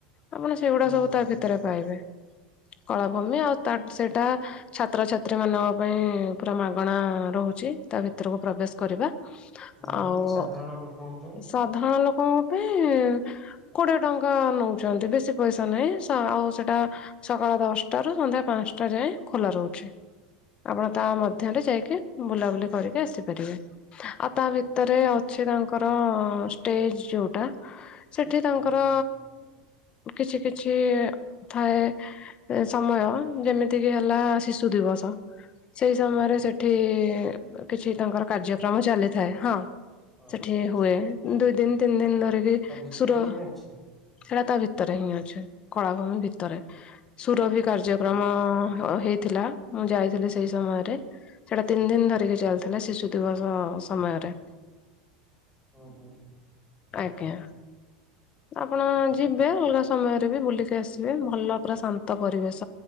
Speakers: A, on the left; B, in the centre.
A: ଆପଣ ସେଗୁଡା
B: ହୁଁ
A: ସବୁ
B: ହୁଁ
A: ତା ଭିତରେ ପାଇବେ କଳାଭୂମି ଆଉତା ସେଇଟା ଛାତ୍ରଛାତ୍ରୀ ମାନଙ୍କ ପାଇଁ ପୁରା ମାଗଣା ରହୁଛି ତା ଭିତରକୁ ପ୍ରବେଶ କରିବା।
B: ନହେଲେ
A: ଆଉ
B: ସାଧାରଣ ଲୋକ ପାଇଁ
A: ସାଧାରଣ ଲୋକଙ୍କ ପାଇଁ କୋଡିଏ ଟଙ୍କା ନଉଛନ୍ତି ବେଶୀ ପଇସା ନାହିଁ ସ ଆଉ ସେଟା ସକାଳ ଦଶଟାରୁ ସନ୍ଧ୍ୟା ପାଞ୍ଚଟା ଯାଏଁ ଖୋଲା ରହୁଛି। ଆପଣ ତା ମଧ୍ୟରେ ଯାଇକି ବୁଲାବୁଲି କରିକି ଆସିପାରିବେ। ଆଉ ତା ଭିତରେ ଅଛି ତାଙ୍କର ଷ୍ଟେଜ ଯୋଉଟା ସେଠି ତାଙ୍କର
B: ହୁଁ
A: କିଛି କିଛି ଥାଏ ସମୟ ଯେମିତିକି ହେଲା ଶିଶୁ ଦିବସ ସେଇ ସମୟରେ
B: ଓହୋ
A: ସେଠି କିଛି ତାଙ୍କର କାର୍ଯ୍ୟକ୍ରମ ଚାଲିଥାଏ ହଁ।
B: ଆଚ୍ଛା
A: ସେଠି
B: ଆଚ୍ଛା
A: ହୁଏ ଦୁଇ ଦିନ ତିନି ଦିନ ଧରିକି
B: ତା ଭିତରେ
A: ସୁର
B: ହିଁ ଅଛି
A: ହେଲା ତା ଭିତରେ ଭିତରେ ହିଁ ଅଛି କଳାଭୂମି ଭିତରେ ସୁରଭ କାର୍ଯ୍ୟକ୍ରମ
B: ଆଚ୍ଛା।
A: ହେଇଥିଲା। ମୁଁ ଯାଇଥିଲି ସେଇ ସମୟରେ ସେଇଟା ତିନି ଦିନ ଧରିକି ଚାଲିଥିଲା। ଶିଶୁ ଦିବସ ସମୟରେ।।
B: ଓହୋ
A: ଆଜ୍ଞା ଆପଣ ଯିବେ ଅଲଗା। ସମୟରେ ବି ବୁଲିକି ଆସିବେ ଭଲ ପୁରା ଶାନ୍ତ ପରିବେଶ